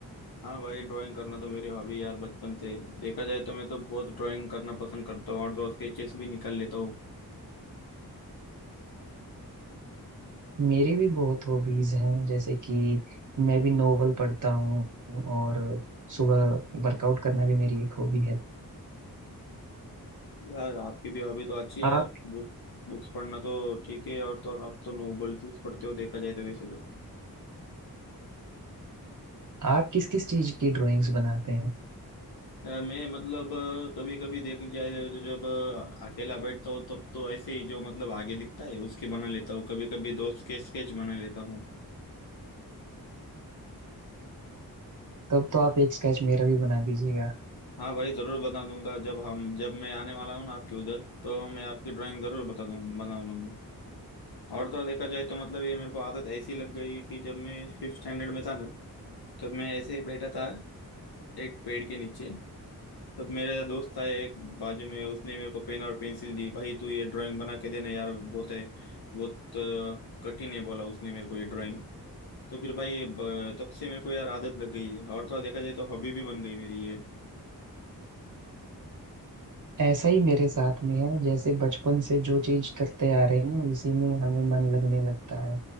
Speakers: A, on the left; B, on the right.
A: हाँ भाई ड्राइंग करना तो मेरी हॉबी यार बचपन से देखा जाए तो मैं तो बहुत ड्राइंग करना पसंद करता हूँ और तो स्केचेस भी निकाल लेता हूँ
B: मेरी भी बहुत हॉबीज हैं जैसे कि मैं भी नोवेल पढ़ता हूँ और सुबह वर्कआउट करना भी मेरी एक हॉबी है
A: यार आपकी भी हॉबी तो अच्छी है
B: आप
A: यार बुक बुक्स पढ़ना तो ठीक है और तो और आप तो नोवेल्स पढ़ते हो देखा जाए तो वैसे तो
B: आप किस किस चीज की ड्राइंग्स बनाते हैं
A: यार मैं मतलब कभी कभी देख लिया जाए तो जब अ, अकेला बैठता हूँ तब तो ऐसे ही जो मतलब आगे दिखता है उसके बना लेता हूँ कभी कभी दोस्त के स्केच बना लेता हूँ
B: तब तो आप एक स्केच मेरा भी बना दीजिएगा
A: हाँ भाई ज़रूर बता दूंगा जब हम जब मैं आने वाला हूँ ना आपके उधर तो मैं आपकी ड्राइंग ज़रूर बता दूँ बना दूंगा और तो और देखा जाए तो मतलब ये मेरे को आदत ऐसी लग गई कि जब मैं फिफ्थ स्टैंडर्ड में था ना तब मैं ऐसे ही बैठा था एक पेड़ के नीचे तब मेरा दोस्त था एक बाजू में उसने मेरे को पेन और पेंसिल दी भाई तू ये ड्राइंग बना के देना यार बहुत है बहुत अ, कठिन है बोला उसने मेरे को ये ड्राइंग तो फिर भाई ब- तब से मेरे को यार आदत लग गई है और तो और देखा जाए तो हॉबी भी बन गई मेरी ये
B: ऐसा ही मेरे साथ में है जैसे बचपन से जो चीज करते आ रहे हैं उसी में हमें मन लगने लगता है